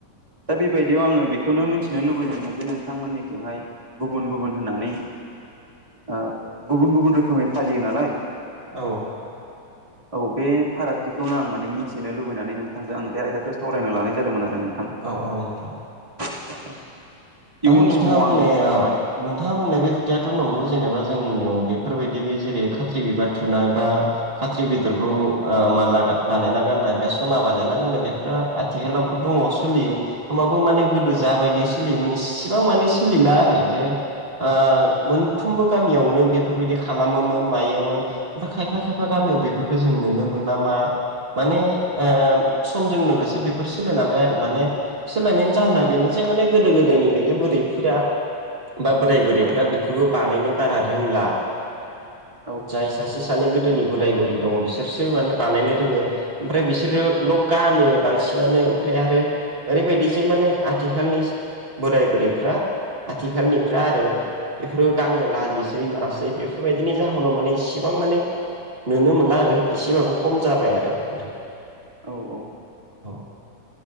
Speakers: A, on the right (about 15°); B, on the right (about 65°).
A: दा बेबायदियाव आङो बेखौ खौनो मिथिनो लुबैदोंमोन जे नोंथांमोननिथिंहाय गुबुन गुबुन होननानै ओ गुबुन गुबुन रोखोमै फालियो नालाय
B: औ
A: <inaudible> औ बे फारागथिखौनो आं माने मिथिनो लुबैनानै नोंथांजों आं बे आयदाखौ सावरायनो लानाय जादोंमोन आरो नों
B: औ औ नोंथां।
A: <inaudible>
B: दा नोंथाङा
A: समाव
B: बुंनाय
A: आं
B: ओ
A: माने
B: नोंथाङा बुंनाय बे खोथा खोथायाथ' नंगौ जेनेबा जोंनियाव बेफोरबायदि बे जेरै खाथ्रि बिबार थुनाय बा खाथ्रि बेदरखौ खौ ओ माला बानायना गाननाय बा सना बानायना गाननाय बेफोरा आथिखालावबो दङ सोलियो। होमबाबो माने गोदो
A: औ
B: जाबायदि सोलियोमोन इसेबां माने सोलिला आरो जे ओ मोनफ्रोमबो गामियावनो बेफोरबायदि खालामोमोन मायोमोन दा‌ खायफा खायफा गामि गामियाव बेफोरखौ जों नुनो मोनला मा माने ओ समजों लोगोसे बेफोर सोलायलांबाय आरो माने सोलायनायनि जाहोना बेनो जे माने गोदो गोदायनि दि बुरैफोरा बा बोराय बुरैफोरा
A: औ
B: बेफोरबो बानायनो बारा रोंला।
A: <inaudible>
B: जाय सासे सानै गोदोनि बोराय बुरि दङ बिसोरसो माने बानायनो रोङो। ओमफ्राय बिसोरो
A: औ
B: ल गानो बांसिनानो ओमफ्राय आरो ओरैबायदि जे माने आथिखालनि बोराय बुरैफ्रा आथिखालनिफ्रा आरो बेफोरो गाननो लाजिसै
A: औ
B: मासै बेफोरबायदिनि जाहोनाव माने इसिबां माने नुनो मोनला आरो एसेबाबो खम जाबाय आरो नोंथां।
A: औ औ।
B: औ।